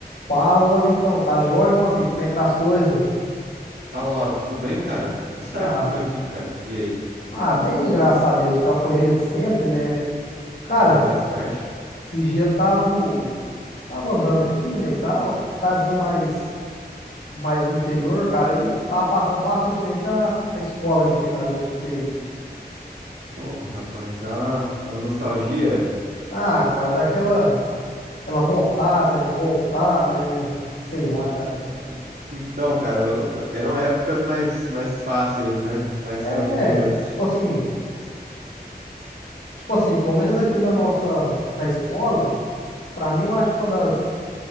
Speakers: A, on the left; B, on the right.
A: Fala, Vitão. Tá joia, meu amigo? Como é que tá as coisas?
B: Fala, Lauro, tudo bem, cara? Tudo certo
A: Ah,
B: por aqui, cara. E aí?
A: ah, bem, graças a Deus. Aquela correria de sempre, né? Cara,
B: Ah, faz parte.
A: esses dias eu tava, tava andando aqui, né, e tal. Cidadezinha mais, mais no interior, cara. E eu tava passando, passei de frente à, à escola antiga, cara, onde eu estudei.
B: Ô, rapaz, dá uma, uma nostalgia.
A: Ah, cara, daquela aquela aquela vontade, né, de voltar, né? Sei lá, cara.
B: Rapaz. Então, cara, eu- eram épocas mais, mais fáceis, né? Mais
A: É,
B: tranquilas.
A: tipo assim, tipo assim, pelo menos aqui na nossa, na escola, pra mim eu acho que uma das